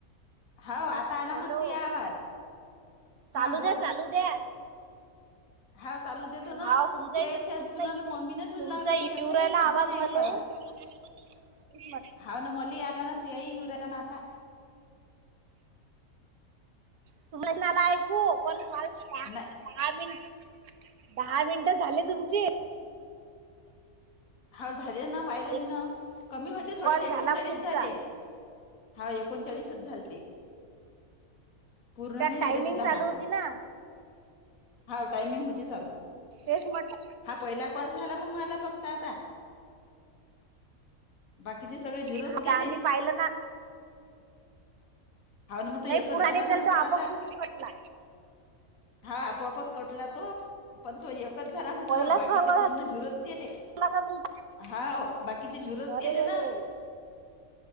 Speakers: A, on the left (about 65°); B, on the right (about 85°).
A: हो. आता आला
B: हॅलो
A: म्हनती, आवाज.
B: चालू
A: हा बोल
B: द्या. चालू द्या.
A: <inaudible> हा चालू देतो ना.
B: हा तुमचा
A: तू यायच्या
B: तुमचा
A: तुनला,
B: येऊ
A: मम्मीने तुला
B: तुमचा
A: लावला
B: येऊ
A: त, एकही
B: राहिला
A: शब्द
B: आवाज
A: नाही
B: मले
A: ऐकू याला. <inaudible>
B: <unintelligible>
A: हा ना मली आला ना. तुयाही येऊ राहिला ना आता.
B: <unintelligible>
A: नाय.
B: दहा मिन, दहा मिनटं झाले तुमचे.
A: हाव झाले ना, पाहिलं मी
B: एक
A: न, कमी होते थोडेसे.
B: कॉल
A: एकोणचाळीस
B: झाला मग तुमचा
A: झाले. हा, एकोणचाळीसच झालते. पूर्ण
B: त्यात
A: नाही
B: टायमिंग
A: झाले ते दहा.
B: चालू होती ना
A: हा टायमिंग होती चालू.
B: तेच मट
A: हा पहिला कॉल झाला मग मला फक्त आता. बाकीचे सगळे झीरोच
B: हा,
A: गेले.
B: मी पाहिलं ना.
A: हा ना मग तो एकच
B: नाही, पुरा
A: झाला
B: नाही
A: ना
B: झाल
A: फक्त
B: तो, आपोआप
A: आता
B: तिथून कटला.
A: हा, आपोआपच कटला तो. पण तो एकच झाला म्हटलं.
B: पहिलाच
A: बाकीचे
B: कॉल झाला
A: पूर्ण झीरोच गेले.
B: ला का तुम
A: हाव, बाकीचे झीरोच
B: अरे
A: गेले
B: रे
A: ना.
B: रे रे रे